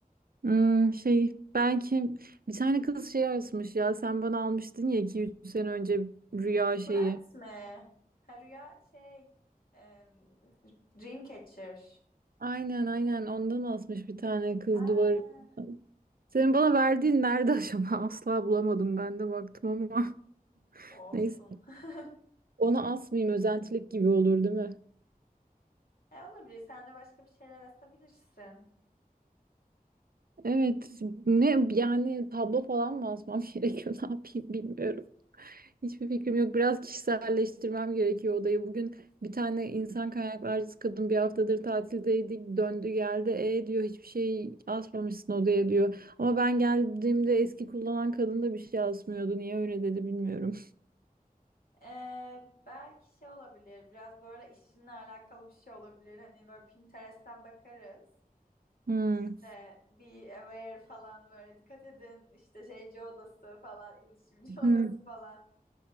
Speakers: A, on the right (about 75°); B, on the left (about 70°).
A: Hmm, şey belki bir tane kız şey yazmış ya sen bana almıştın ya 2-3 sene önce rüya
B: Sukulent
A: şeyi.
B: mi? Ha rüya şey, e, Dreamcatcher.
A: Aynen aynen ondan asmış bir tane kız
B: Ha,
A: duvarı. Senin bana verdiğin nerede acaba? <laughs> Asla bulamadım ben de baktım ama. <laughs>
B: olsun.
A: Neyse.
B: <laughs>
A: Onu asmayayım özentilik gibi olur değil mi?
B: E olabilir. Sen de başka bir şeyler asabilirsin.
A: Evet. Ne yani tablo falan mı asmam <laughs> gerekiyor? Ne yapayım bilmiyorum. Hiçbir fikrim yok. Biraz kişiselleştirmem gerekiyor odayı. Bugün bir tane insan kaynaklarcısı kadın bir haftadır tatildeydik. Döndü geldi. E diyor hiçbir şey asmamışsın odaya diyor. Ama ben geldiğimde eski kullanan kadın da bir şey asmıyordu. Niye öyle dedi bilmiyorum.
B: Ee, belki şey olabilir. Biraz böyle işinle alakalı bir şey olabilir. Hani böyle Pinterest'ten bakarız.
A: Hmm.
B: İşte be aware falan böyle dikkat edin. İşte şeyci odası falan, iletişimci <laughs> odası
A: Hmm.
B: falan.